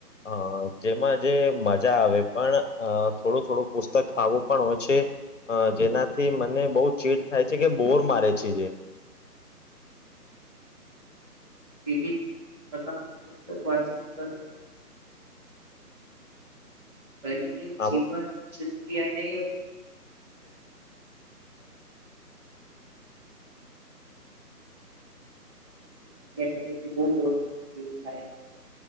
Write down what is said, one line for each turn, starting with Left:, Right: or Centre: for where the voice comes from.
Left: અ જેમાં જે મજા આવે પણ અ થોડું થોડું પુસ્તક ખાવું પણ હોય છે જેનાથી મને બહુ ચેડ થાય છે કે બોર મારે છે જે
Right: વિ પ્રકારની પુસ્તક વાચન ગ છે ખ બને
Left: આમ
Right: જીવન કતિયાને <inaudible> બહ દોરી એવું થાય